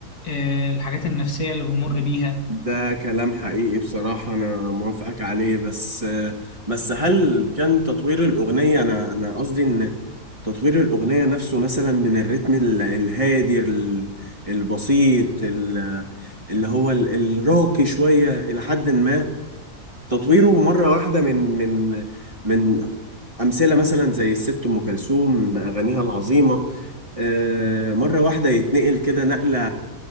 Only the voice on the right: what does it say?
ده كلام حقيقي بصراحة أنا موافقك عليه بس بس هل كان تطوير الأغنية أنا أنا قصدي إن تطوير الأغنية نفسه مثلا من الريتم ال- الهادي ال- البسيط ال- اللي هو ال- الراقي شوية إلى حد ما تطويره مرة واحدة من من من أمثلة مثلا زي الست أم كلثوم بأغانيها العظيمة آه، مرة واحدة يتنقل كده نقلة